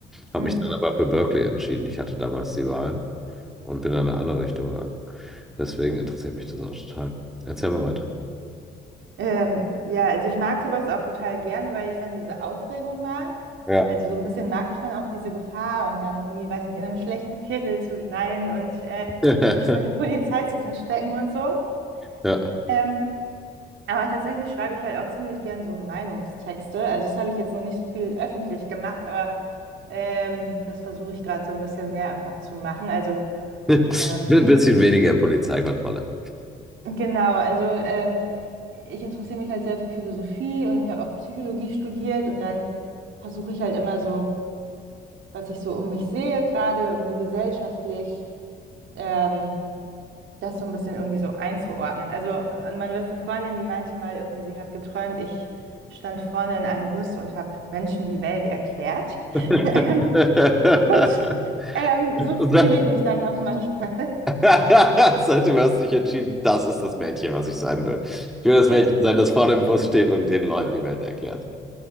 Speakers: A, in the centre; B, on the right (about 75°).
A: Habe
B: Hm.
A: mich dann aber für Berkeley entschieden. Ich hatte damals die Wahl und bin dann in eine andere Richtung gegangen. Deswegen interessiert mich das auch total. Erzähl mal weiter.
B: Ähm, ja, also ich mag sowas auch total gerne, weil ich dann diese Aufregung mag.
A: Ja.
B: Also so ein bisschen mag ich dann auch diese Gefahr und dann irgendwie, weiß nicht, in einem schlechten Viertel zu sein und äh,
A: <laughs>
B: sich vor der Polizei zu verstecken und so.
A: Ja.
B: Ähm, aber tatsächlich schreibe ich halt auch ziemlich gern so Meinungstexte. Also das habe ich jetzt noch nicht so viel öffentlich gemacht, aber ähm, das versuche ich gerade so ein bisschen mehr einfach zu machen. Also
A: <laughs> Ein
B: ähm,
A: bisschen weniger Polizeikontrolle.
B: Genau, also ähm, ich interessiere mich halt sehr für Philosophie und ich habe auch Psychologie studiert und dann versuche ich halt immer so, was ich so um mich sehe, gerade irgendwie gesellschaftlich, ähm, das so ein bisschen irgendwie so einzuordnen. Also äh, meine beste Freundin, die meinte mal irgendwie, sie hat geträumt, ich stand vorne in einem Bus und habe Menschen die Welt erklärt.
A: <laughs>
B: <laughs> Ähm, und ähm, so fühle
A: Das
B: ich mich dann auch manchmal.
A: <laughs> Seitdem hast du dich entschieden, das ist das Mädchen, was ich sein will. Ich will das
B: <laughs>
A: Mädchen sein, das vorne im Bus steht und den Leuten die Welt erklärt.